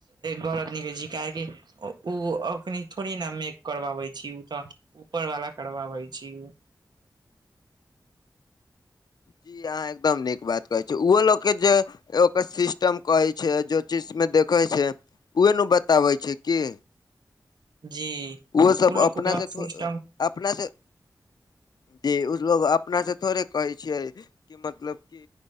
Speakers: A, on the right; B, on the left.
A: गलत निकलै छै काहेकी ओ अखनी थोड़ी ने मे करवाबै छी ओ तऽ ऊपर वाला करवाबै छी
B: जी अहाँ एकदम नीक बात कहै छी ओहो लोकके जे ओकर सिस्टम कहै छै जे चीज मे देखै छै उह ने बताबै छै की
A: जी
B: ओहोसभ
A: ओ लोग
B: अपनासँ
A: के जवन
B: थो
A: सिस्टम
B: अपनासँ जे उ लोग अपना से थोड़े कहे छियै कऽ मतलब की